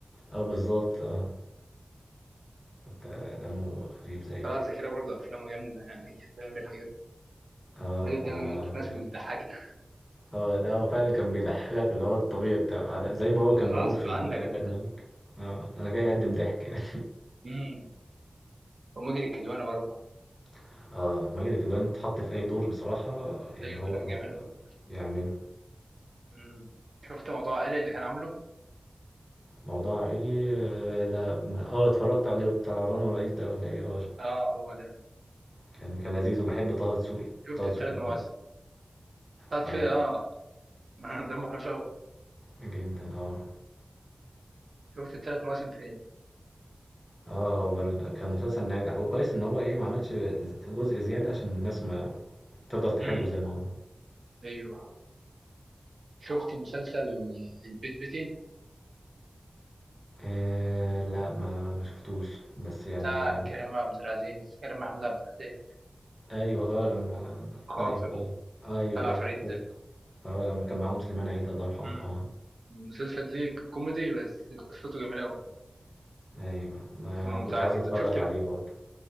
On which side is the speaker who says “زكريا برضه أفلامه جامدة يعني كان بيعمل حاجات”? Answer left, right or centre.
Right